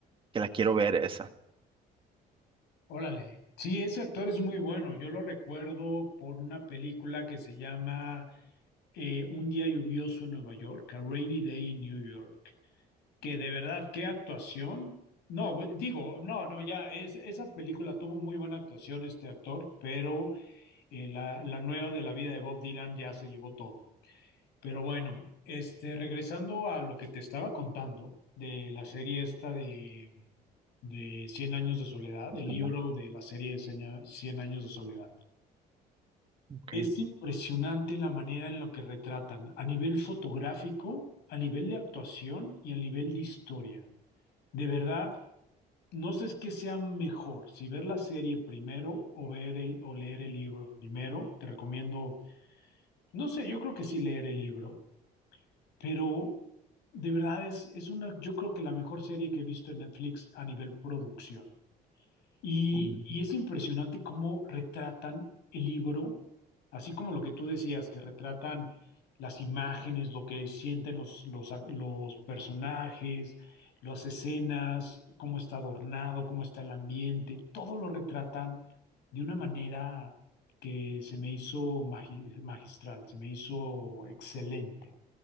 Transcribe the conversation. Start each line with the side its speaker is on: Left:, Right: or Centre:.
Right: que la quiero ver esa.
Left: Órale. Sí, ese actor es muy bueno. Yo lo recuerdo por una película que se llama eh, Un día lluvioso en Nueva York, A Rainy Day in New York, que de verdad, qué actuación. No, bu- digo, no, no, ya, es, esa película tuvo muy buena actuación este actor, pero eh, la, la nueva de la vida de Bob Dylan ya se llevó todo. Pero bueno, este, regresando a lo que te estaba contando de la serie esta de, de 100 años de soledad,
Right: ¿Verdad?
Left: el libro de la serie de seña- 100 años de soledad.
Right: Ok.
Left: Es impresionante la manera en la que retratan, a nivel fotográfico, a nivel de actuación y a nivel de historia. De verdad, no sé es qué sea mejor, si ver la serie primero o ver el, o leer el libro primero. Te recomiendo, no sé, yo creo que sí leer el libro. Pero de verdad es, es una, yo creo que la mejor serie que he visto en Netflix a nivel producción. Y,
Right: Mm,
Left: y es impresionante cómo retratan el libro, así como lo que tú decías, que retratan las imágenes, lo que sienten los, los, los personajes, las escenas, cómo está adornado, cómo está el ambiente, todo lo retratan de una manera que se me hizo magi- magistral, se me hizo excelente.